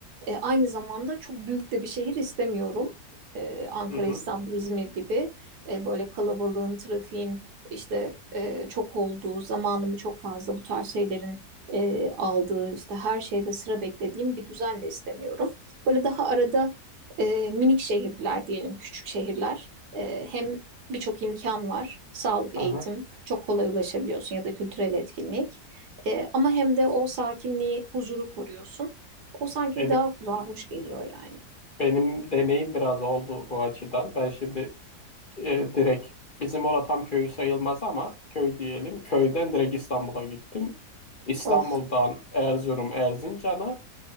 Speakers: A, on the right; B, on the left.
A: e, aynı zamanda çok büyük de bir şehir istemiyorum. E, Ankara,
B: Hı hı.
A: İstanbul, İzmir gibi e, böyle kalabalığın, trafiğin işte e, çok olduğu, zamanımı çok fazla bu tarz şeylerin e, aldığı, işte her şeyde sıra beklediğim bir düzen de istemiyorum. Böyle daha arada e, minik şehirler diyelim, küçük şehirler. E, hem birçok imkan var, sağlık,
B: Aha.
A: eğitim, çok kolay ulaşabiliyorsun ya da kültürel etkinlik. E, ama hem de o sakinliği, huzuru koruyorsun. O sanki
B: Benim
A: daha kulağa hoş geliyor yani.
B: benim deneyim biraz oldu bu açıdan. Ben şimdi E, direkt bizim orada tam köyü sayılmaz ama köy diyelim. Köyden direkt İstanbul'a gittim. İstanbul'dan
A: Of.
B: Erzurum, Erzincan'a